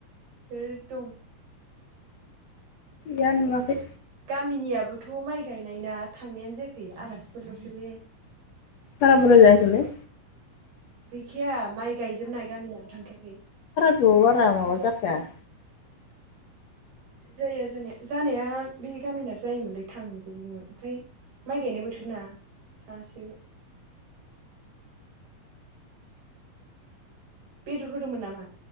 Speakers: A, on the right (about 85°); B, on the left (about 60°).
A: सोर दं।
B: गैया नुवाखै,
A: गामिनियाबोथ' माइ गायनाय ना थांनायानो जायाखै आलासिफोरल'सो बे,
B: बारा बुरजा जायाखैलै,
A: गैखाया माइ गायजोबनाय गामिनाबो थांखायाखै,
B: ज' बारा माबा जाखाया,
A: जाया जानाया जानाया बे गामिना जायोमोनलै थांजोबोमोन ओमफ्राय, माइ गायनाय बोथोर ना थांहासै बे, बेदर होदोंमोन नामा